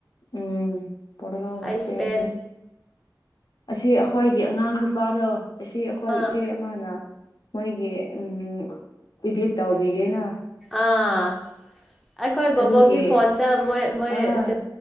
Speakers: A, on the left (about 65°); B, in the centre.
A: ꯎꯝ ꯄꯠꯂꯣ ꯔꯁ
B: ꯑꯩ ꯁ꯭ꯄꯦꯟ
A: ꯑꯁꯤ ꯑꯩꯈꯣꯏꯒꯤ ꯑꯉꯥꯡ ꯅꯨꯄꯥꯗꯣ ꯑꯁꯤ ꯑꯩꯈꯣꯏ
B: ꯑꯥ
A: ꯏꯆꯦ ꯑꯃꯅ ꯃꯣꯏꯒꯤ ꯎꯝ ꯏꯙꯦ ꯇꯥꯎꯕꯤꯒꯦꯅ
B: ꯑꯥ ꯑꯩꯈꯣꯏ ꯕꯕꯣꯒꯤ
A: ꯑꯗꯨꯒꯤ
B: ꯐꯣꯟꯗ ꯃꯣꯏ ꯃꯣꯏ
A: ꯑꯥ
B: ꯏꯁ